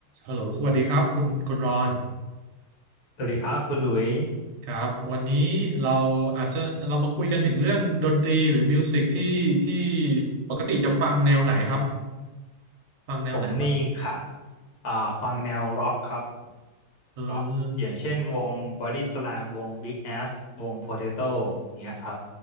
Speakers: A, on the right; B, on the left.
A: ฮัลโหลสวัสดีครับคุณคุณรอน
B: สวัสดีครับคุณหลุย
A: ครับวันนี้เราอาจจะเรามาคุยกันถึงเรื่องดนตรีหรือมิวสิกที่ที่ปกติจะฟังแนวไหนครับฟังแนวไหนบ้าง
B: ผมนี่ค่ะอ่าฟังแนวร็อกครับ
A: เออ
B: ร็อกอย่างเช่นวง Body Slam วง Big Ass วง Potato อย่างเงี้ยครับ